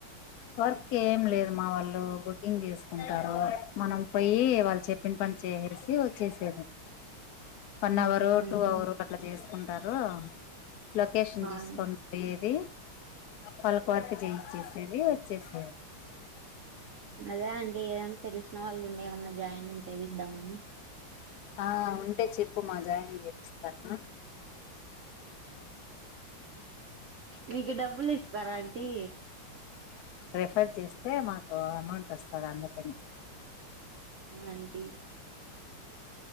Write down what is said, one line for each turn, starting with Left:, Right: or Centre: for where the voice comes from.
Left: వర్క్ ఏం లేదు మా వాళ్ళు గు ఏం చేసుకుంటారో మనం పోయి వాళ్ళు చెప్పిన పని చేసి వచ్చేసేదే వన్
Right: ఆ
Left: అవరు
Right: ఆంటీ
Left: టూ అవరు అట్లా చేసుకుంటారు లొకేషన్
Right: ఆ
Left: చూసుకొని
Right: అండి.
Left: పోయేది వాళ్ళకి వర్క్ చేయిచ్చేసేది వచ్చేసేది
Right: అదే అండి తెలిసిన వాళ్ళుండి ఏమన్నా జాయిన్ చేపిద్దామని
Left: ఆ ఉంటే చెప్పు మా జాయన్ ఏమిత్సరమ్మ
Right: మీకు డబ్బులు ఇస్తారా అంటీ
Left: రిఫ్రెష్ చేస్తే మాకు అమౌంట్ వస్తుంది అందుకని
Right: అంటీ